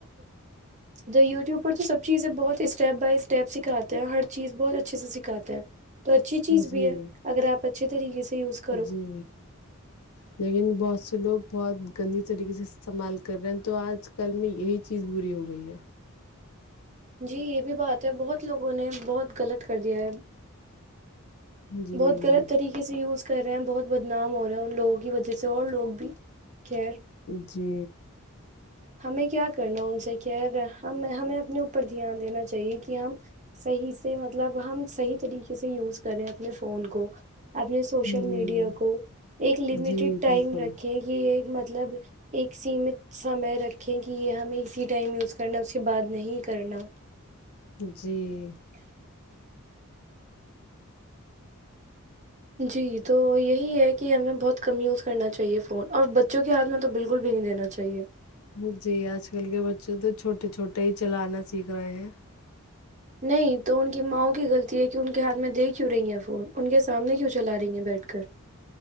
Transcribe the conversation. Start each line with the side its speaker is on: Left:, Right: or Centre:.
Right: ج یوٹیوب پر تو سب چیزیں بہت اسٹیپ بائی اسٹیپ سکھاتے ہیں ہر چیز بہت اچھے سے سکھاتے ہیں تو اچھی چیز بھی
Left: جی
Right: ہے اگر آپ اچھے طریقے سے یوز کرو
Left: جی لیکن بس سے لوگ بہت گندی طریقے سے استعمال کر رہے ہیں تو آج کل میں یہی چیز بری ہو گئی ہے
Right: جی یہ بھی بات ہے بہت لوگوں نے بہت غلط کر دیا ہے
Left: جی
Right: بہت غلط طریقے سے یوز کر رہے ہیں بہت بدنام ہو رہا ہے ان لوگوں کی وجہ سے اور لوگ بھی خیر
Left: جی
Right: ہمیں کیا کرنا ان سے کہ ہم ہمیں اپنے اوپر دھیان دینا چاہیے کہ ہم صحیح سے مطلب ہم صحیح طریقے سے یوز کریں اپنے فون کو اپنے سوشل
Left: جی
Right: میڈیا کو ایک لمیٹیڈ
Left: جی
Right: ٹائم
Left: بالکل
Right: رکھے یہ مطلب ایک سیمت سمے ره رکھیں کہ یہ ہمیں اسی ٹائم یوز کرنا اس کے بعد نہیں کرنا
Left: جی
Right: جی تو یہی ہے کہ ہمیں بہت کم یوز کرنا چاہیے فون اور بچوں کے ہاتھ میں تو بالکل بھی نہیں دینا چاہیے
Left: ہوں جی آج کل کے بچے تو چھوٹے چھوٹے ہی چلانا سیکھ رہے ہیں
Right: نہیں تو ان کی ماؤں کی غلطی ہے کہ ان کے ہاتھ میں دے کیوں رہیں ہے فون ان کے سامنے کیوں چلا رہی ہیں بیٹھ کر